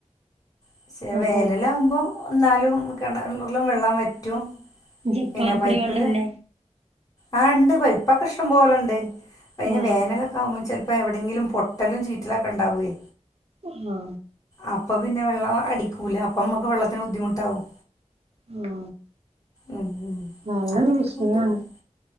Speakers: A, on the left; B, on the right.
A: പക്ഷെ
B: ആഹ്
A: വേനലാകുമ്പോൾ
B: പൈ
A: ന്നാലും കിണറിലും വെള്ളം വറ്റും
B: ജപ്പാൻ
A: പിന്നെ
B: കുടിവെള്ളല്ലേ
A: പൈപ്പില് ആ ഇണ്ട് പൈപ്പൊക്കെ ഇഷ്ടം പോലുണ്ട് അതിന്
B: ആഹ്
A: വേനലൊക്കെ ആകുമ്പോൾ ചിലപ്പോൾ എവിടെയങ്കിലും പൊട്ടലും ചീറ്റിലൊക്കെ ഉണ്ടാവുവേ
B: ആഹ്
A: അപ്പം പിന്നെ വെള്ളം അടിക്കൂല അപ്പം നമുക്ക് വെള്ളത്തിന് ബുദ്ധിമുട്ടാവും
B: ഉം
A: ഉം ഉം
B: വെള്ളൊരു
A: അങ്ങനെയൊക്കെ
B: വിഷയമാണ്.
A: ബുദ്ധിമുട്ട്